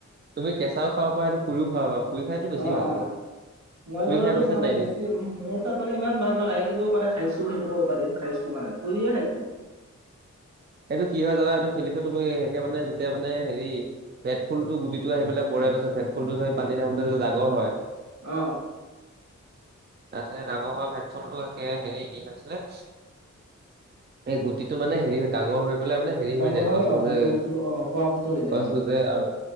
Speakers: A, on the right; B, on the right.
A: তুমি কেঁচাও খাবা পাৰা সেইটো পুৰিও খাবা, পুৰি খাইটো বেছি
B: অ
A: ভাল
B: অ।
A: লাগে।
B: মই
A: পুৰি
B: বাৰু
A: খাই
B: এইটো
A: পাইছা
B: মানে
A: নে নাই এনে?
B: বেছি মোৰ তাত মানে ইমান ভাল নালাগে কিন্তু মানে খাইছো সেইটো ক'ব পাৰিম খাইছো মানে পুৰিয়ে খাইছো।
A: সেইটো কি হয় জানা সেইটো শিলিখুটো তুমি সেকে মানে যেতিয়া মানে হেৰি ভেট ফুলটো গুটিটো আহি পেলাই পৰে, তাৰপাছত ভেট ফুলতো ধৰে পানী থাকোতে যে ডাঙৰ হয়।
B: অ
A: তাৰপাছত এই ডাঙৰ হোৱা ভেটফুলটো একে হেৰি কি হৈছিলে এই গুটিটো মানে হেৰি ডাঙৰ হৈ পেলাই মানে হেৰি
B: ডাঙৰ
A: হৈ যায়
B: হয়
A: গছ
B: অ
A: গজে,
B: সেইটো বস্তু অ খোৱা বস্তু হৈ যায়
A: গছ
B: অ
A: গজে আৰু-